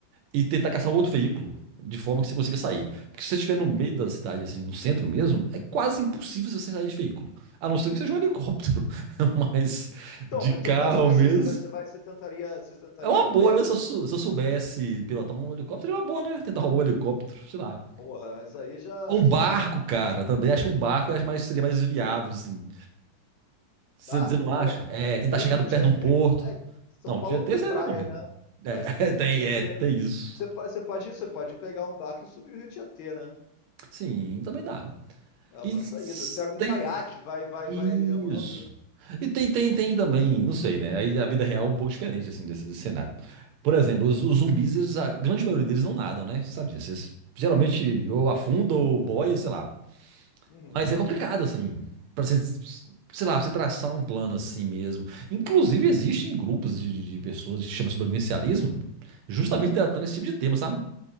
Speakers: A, on the right; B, on the left.
A: e tentar caçar um outro veículo de forma que você consiga sair. Porque se você estiver no meio da cidade, assim, no centro mesmo, é quase impossível você sair de veículo. A não ser que seja um helicóptero, <laughs> mas
B: Então,
A: de
B: mas
A: carro
B: então como é que você vai
A: mesmo.
B: sair? Você vai, você vai, você tentaria, você tentaria
A: É uma
B: a pé?
A: boa, né? Se eu, sou- se eu soubesse pilotar um helicóptero, é uma boa, né? Tentar roubar um helicóptero, sei lá.
B: Porra, mas aí já,
A: Ou um
B: já
A: barco,
B: é
A: cara, também. Acho que um barco eu acho mais, seria mais viável, assim. Você,
B: barco.
A: você não
B: Bom,
A: acha? É, tentar
B: tem
A: chegar
B: o Rio
A: no- perto
B: Tietê.
A: de um porto.
B: é que- é que São
A: Não,
B: Paulo
A: o dia
B: não
A: você
B: tem praia,
A: vai morrer.
B: né?
A: É,
B: Mas você tem
A: <laughs> tem,
B: o Rio Tietê.
A: é, tem
B: né?
A: isso.
B: É. Você pode, você pode, você pode pegar um barco e subir o Rio Tietê, né?
A: Sim, também dá.
B: É uma
A: E
B: saída. Você pega um
A: tem.
B: caiaque, vai, vai,
A: Isso.
B: vai ali remando.
A: E tem, tem, tem também, não sei, né? Aí a vida real é um pouco diferente, assim, desse, desse cenário. Por exemplo, os, os zumbis, eles, a grande maioria deles não nadam, né? Você sabe disso. Eles geralmente ou afundam ou boia, sei lá.
B: Uhum.
A: Mas é complicado, assim, pra você, sei lá, pra você traçar um plano assim mesmo. Inclusive, existem grupos de, de, de pessoas que se chama sobrevivencialismo, justamente tratando esse tipo de tema, sabe?